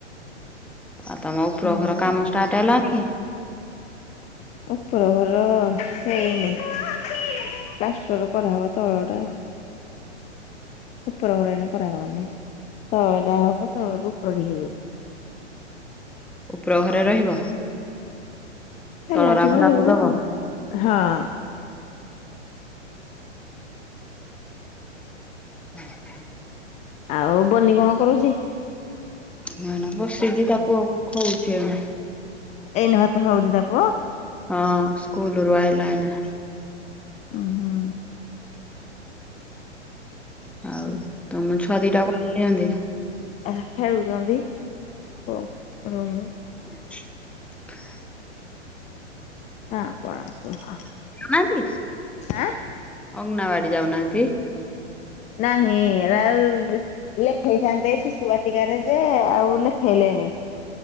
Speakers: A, in the centre; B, on the left (about 20°).
A: ଆଉ ତମ
B: ଆଉ
A: ଉପର ଘର କାମ ଷ୍ଟାର୍ଟ ହେଲାକି?
B: ଉପର ଘର ହେଇନି। ପ୍ଲାଷ୍ଟର କରାହେବ ତଳ ଟା ଆଉ। ଉପର ଘର ଏଇନା କରା ହବନି। ତଳ ଘର ଟା ହବ ତଳ ରୁ ଉପରେ କୁ ଯିବା।
A: ଉପର ଘରେ ରହିବ।
B: ହେଲାଠୁ
A: ତଳରା
B: ରହିବି
A: ଭଡାକୁ ଦବ।
B: ଆଉ।
A: ହୁଁ ହୁଁ।
B: ଆଉ ବନି କଣ କରୁଛି?
A: ମୁଁ ଏଇନା ବସିଛି ତା ପୁଅକୁ ଖୁଅଉଛି ଏଇନା।
B: ଏଇନା ଭାତ ଖାଉଛି ତା ପୁଅ।
A: ହଁ ସ୍କୁଲ୍ ରୁ ଆଇଲା ଏଇନା।
B: ଉଁ ହୁଁ।
A: ଆଉ ତମ ଛୁଆ ଦିଟା କଣ କରୁଛନ୍ତି।
B: ଏରା ଖେଳୁଛନ୍ତି ରୁମ୍ ରେ।
A: <inaudible>
B: ହାଁ କଣ କୁହ।
A: ନାହାନ୍ତି ଅଗଙ୍ଗନାବାଡି
B: ଆଁ
A: ଯାଉନାହାନ୍ତି।
B: ନାହିଁ ଏରା ଲେଖେଇଥାନ୍ତେ ଶିଶୁବାଟିକାରେ ଯେ ଆଉ ଲେଖେଇଲେନି।